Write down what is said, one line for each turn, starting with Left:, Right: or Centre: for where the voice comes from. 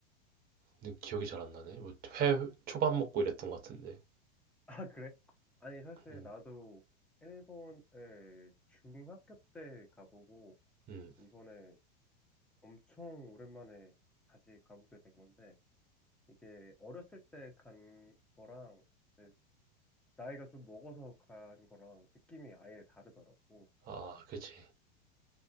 Right: 근데 기억이 잘 안 나네. 뭐회 초밥 먹고 이랬던 것 같은데.
Centre: <laughs> 아 그래? 아니 사실
Right: 음,
Centre: 나도 일본을 중학교 때 가보고
Right: 음,
Centre: 이번에 엄청 오랜만에 다시 가보게 된 건데, 이게 어렸을 때 간 거랑, 이제 나이가 좀 먹어서 간 거랑 느낌이 아예 다르더라고.
Right: 아, 그지.